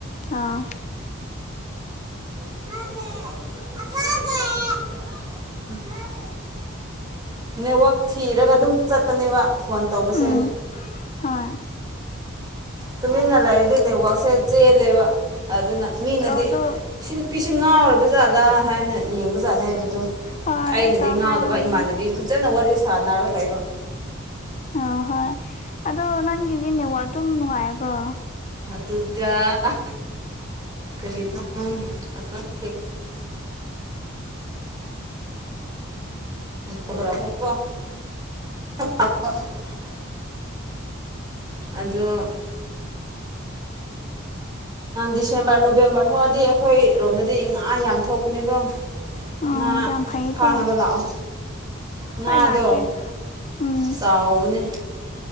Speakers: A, on the left (about 35°); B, on the right (about 20°).
A: ꯑꯥ
B: <unintelligible> ꯅꯦꯠꯋꯥꯛ ꯊꯤꯔꯒ ꯑꯗꯨꯝ ꯆꯠꯄꯅꯦꯕ ꯐꯣꯟ ꯇꯧꯕꯁꯦ
A: ꯎꯝ ꯍꯣꯏ
B: ꯇꯨꯃꯤꯟꯅ ꯂꯩꯔꯗꯤ ꯅꯦꯠꯋꯥꯛꯁꯦ ꯆꯦꯜꯂꯦꯕ ꯑꯗꯨꯅ ꯃꯤꯅꯗꯤ
A: ꯑꯗꯣ
B: ꯁꯤ ꯅꯨꯄꯤꯁꯦ ꯉꯥꯎꯕ ꯖꯥꯠꯂꯥ ꯍꯥꯏꯅ ꯌꯦꯡꯕ ꯖꯥꯠꯅꯦ ꯍꯥꯏꯕꯗꯣ
A: ꯍꯣꯏ
B: ꯑꯩꯅꯗꯤ
A: ꯇ
B: ꯉꯥꯎꯗꯕ
A: ꯍꯥꯏꯔꯝꯅꯤ
B: ꯏꯃꯥꯟꯅꯕꯤ ꯐꯖꯅ ꯋꯥꯔꯤ ꯁꯥꯅꯔꯒ ꯂꯩꯕ
A: ꯑ ꯍꯣꯏ ꯑꯗꯣ ꯅꯪꯒꯤꯗꯤ ꯅꯦꯋꯥꯛ ꯑꯗꯨꯝ ꯅꯨꯡꯉꯥꯏꯕ꯭ꯔꯣ
B: ꯑꯗꯨꯒꯗꯨꯒꯥ ꯀꯔꯤꯅ ꯑ <inaudible> ꯁꯗ꯭ꯔꯕꯀꯣ <inaudible> <inaudible> ꯑꯗꯣ ꯗꯤꯁꯦꯝꯕꯔ ꯅꯣꯕꯦꯝꯕꯔ ꯊꯣꯛꯑꯗꯤ ꯑꯩꯈꯣꯏꯔꯣꯝꯗꯗꯤ ꯉꯥ ꯌꯥꯝ ꯊꯣꯛꯄꯅꯦꯀꯣ
A: ꯑꯣ
B: ꯉꯥ
A: ꯌꯥꯝ ꯐꯩꯀꯣ
B: ꯐꯥꯅꯕ ꯂꯥꯛꯑꯣ ꯉꯥꯗꯣ
A: ꯍꯣꯏ ꯂꯥꯛꯀꯦ ꯎꯝ
B: ꯆꯥꯎꯕꯅꯦ